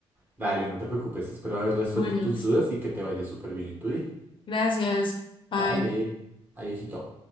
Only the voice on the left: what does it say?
Bueno,
gracias. Bye.